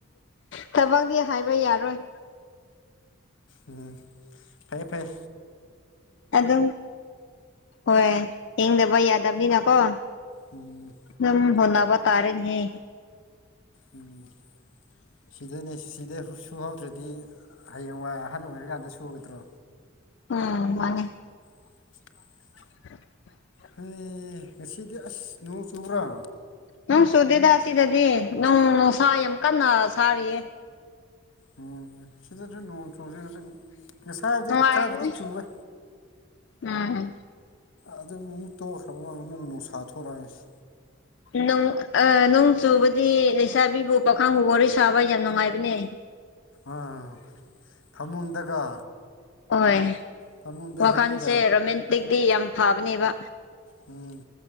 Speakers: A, on the left; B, on the left.
A: ꯊꯕꯛꯗꯤ ꯍꯥꯏꯕ ꯌꯥꯔꯣꯏ꯫
B: ꯎꯝ ꯐꯩꯌꯦ ꯐꯩꯌꯦ꯫
A: ꯑꯗꯨꯝ ꯍꯣꯏ ꯍꯤꯡꯗꯕ ꯌꯥꯗꯝꯅꯤꯅꯀꯣ꯫
B: ꯎꯝ꯫
A: ꯗꯨꯝ ꯍꫭꯠꯅꯕ ꯇꯥꯔ‌ꯦꯅꯦꯍ‌ꯦ꯫
B: ꯎꯝ꯫ ꯁꯤꯗꯅꯦ ꯁꯤꯗ ꯁꯨꯍꯧꯗ꯭ꯔꯗꯤ ꯍꯌꯦꯡꯋꯥꯏ ꯑꯍꯟ ꯑꯣꯏꯔꯀꯥꯟꯗ ꯁꯨꯒꯗ꯭ꯔꯣ꯫
A: ꯎꯝ ꯃꯥꯅꯦ꯫
B: <unintelligible>
A: <inaudible>
B: ꯍꯩ ꯉꯁꯤꯗꯤ ꯑꯁ ꯅꯣꯡ ꯆꯨꯕ꯭ꯔꯣ?
A: ꯅꯣꯡ ꯆꯨꯗꯦꯗ ꯁꯤꯗꯗꯤ ꯅꯣꯡ ꯅꯨꯡꯁꯥ ꯌꯥꯝ ꯀꯟꯅ ꯁꯥꯔꯤꯌꯦ꯫
B: ꯎꯝ ꯁꯤꯗꯁꯨ ꯅꯣꯡ ꯆꯨꯗꯦ ꯍꯖꯤꯛ ꯉꯁꯥꯏꯗꯤ
A: ꯅꯨꯡꯉꯥꯏꯔꯝꯅꯤ
B: ꯈꯔꯕꯨꯗꯤ ꯆꯨꯨꯋꯦ꯫
A: ꯎꯝ
B: ꯑꯗꯨ ꯃꯨ ꯃꯨꯛ ꯇꯣꯛꯈ꯭ꯔꯕ ꯃꯨꯛ ꯅꯨꯡꯁꯥ ꯊꯣꯛꯔꯥꯏꯁ
A: ꯅꯨꯡ ꯑꯥ ꯅꯣꯡ ꯆꯨꯕꯗꯤ ꯂꯩꯁꯥꯕꯤꯕꯨ ꯄꯥꯈꯥꯡꯕꯨ ꯋꯥꯔꯤ ꯁꯥꯕ ꯌꯥꯝ ꯅꯨꯡꯉꯥꯏꯕꯅꯦ
B: ꯑꯥ ꯐꯃꯨꯡꯗꯒ
A: ꯍꯣꯏ
B: ꯐꯃꯨꯡꯗ
A: ꯋꯥꯈꯟꯁꯦ
B: ꯍꯤꯞꯔꯒ
A: ꯔꯣꯃꯦꯟꯇꯤꯛꯇꯤ ꯌꯥꯝ ꯐꯥꯕꯅꯦꯕ
B: ꯎꯝ